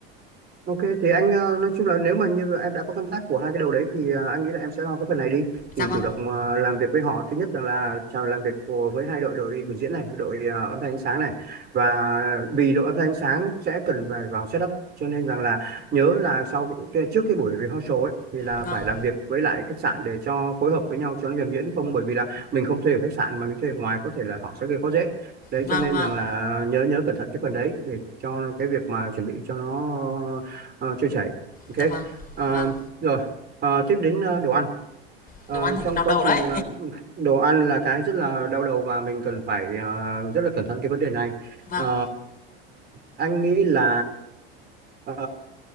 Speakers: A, on the right (about 30°); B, on the left (about 30°).
A: Ok thì anh ờ, nói chung là nếu mà như em đã có contact của hai cái đầu đấy thì ờ, anh nghĩ là em sẽ lo cái phần này đi
B: dạ
A: thì
B: vâng
A: chủ động ờ, làm việc với họ thứ nhất rằng là chào làm việc của, với hai đội đội biểu diễn này đội ờ, âm thanh ánh sáng này và vì đội âm thanh ánh sáng sẽ cần phải vào setup cho nên rằng là nhớ là sau cái, cái- trước cái buổi rehearsal ấy thì là
B: vâng
A: phải làm việc với lại khách sạn để cho phối hợp với nhau cho nó nhuần nhuyễn không bởi vì là mình không thuê ở khách sạn mà mình thuê ở ngoài có thể là họ sẽ gây khó dễ đấy
B: vâng
A: cho nên
B: vâng
A: rằng là nhớ nhớ cẩn thận cái phần đấy để cho cái việc mà chuẩn bị cho nó ờ, trôi chảy
B: dạ
A: ok
B: vâng
A: Ờ,
B: vâng
A: rồi Ờ, tiếp đến ờ, đồ ăn Ờ,
B: đồ ăn thì
A: trong
B: cũng đau
A: quá
B: đầu
A: trình
B: đấy
A: ờ, đồ ăn là cái rất là đau đầu và mình cần phải ờ, rất là cẩn thận cái vấn đề này
B: <laughs> vâng
A: Ờ, anh nghĩ là ờ,